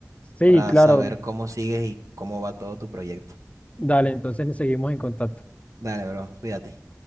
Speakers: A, on the left; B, on the right.
A: sí,
B: para
A: claro,
B: saber
A: bro.
B: cómo sigues y cómo va todo tu proyecto.
A: Dale, entonces nos seguimos en contacto.
B: Dale, bro, cuídate.